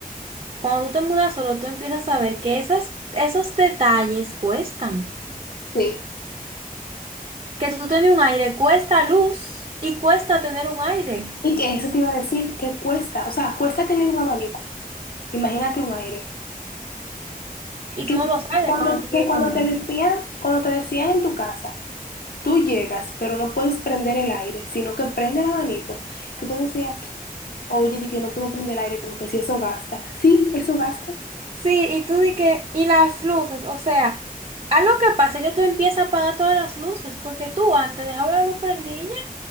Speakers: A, on the right; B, on the left.
A: Cuando tú te mudas solo, tú empiezas a ver que esas, esos detalles cuestan.
B: sí.
A: Que tú tener un aire cuesta luz y cuesta tener un aire.
B: Y que eso te iba a decir, que cuesta, o sea, cuesta tener un abanico, imagínate un aire.
A: Y
B: Que,
A: tú no lo sabes
B: que cuando,
A: cuando tú
B: que
A: vives
B: cuando
A: con
B: te
A: él.
B: decían, cuando te decían en tu casa. Tú llegas, pero no puedes prender el aire, sino que prende el abanico. Que tú decías, oye, di que no puedo prender el aire, como que si eso gasta. Sí, eso gasta.
A: Sí, y tú di que, y las luces, o sea, algo que pasa es que tú empiezas a apagar todas las luces, porque tú antes dejabas la luz prendida y ya,